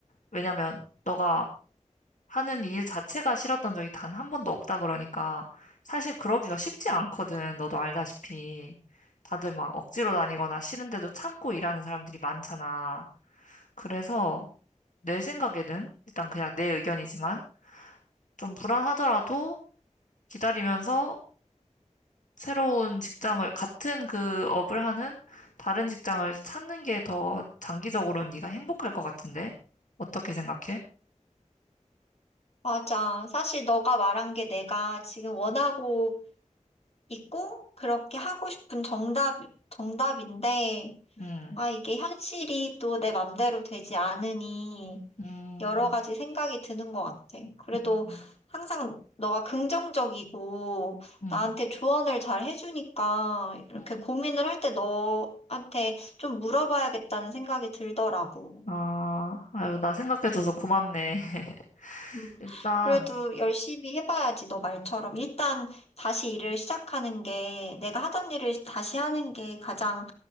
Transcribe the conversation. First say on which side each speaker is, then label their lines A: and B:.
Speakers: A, on the left; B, on the left.
A: 왜냐면 너가 하는 일 자체가 싫었던 적이 단 한 번도 없다 그러니까 사실 그러기가 쉽지 않거든. 너도 알다시피 다들 막 억지로 다니거나 싫은데도 참고 일하는 사람들이 많잖아. 그래서 내 생각에는 일단 그냥 내 의견이지만 좀 불안하더라도 기다리면서 새로운 직장을 같은 그 업을 하는 다른 직장을 찾는 게 더 장기적으로는 네가 행복할 것 같은데 어떻게 생각해?
B: 맞아. 사실 너가 말한 게 내가 지금 원하고 있고 그렇게 하고 싶은 정답 정답인데.
A: 음,
B: 아, 이게 현실이 또 내 맘대로 되지 않으니
A: 음,
B: 여러 가지 생각이 드는 것 같아. 그래도
A: 음,
B: 항상 너가 긍정적이고
A: 음.
B: 나한테 조언을 잘 해주니까 이렇게
A: 음. 음.
B: 고민을 할 때 너한테 좀 물어봐야겠다는 생각이 들더라고.
A: 아, 아유, 나 생각해줘서 고맙네. <laughs>
B: 음,
A: 일단,
B: 그래도 열심히 해봐야지. 너 말처럼 일단 다시 일을 시작하는 게 내가 하던 일을 다시 하는 게 가장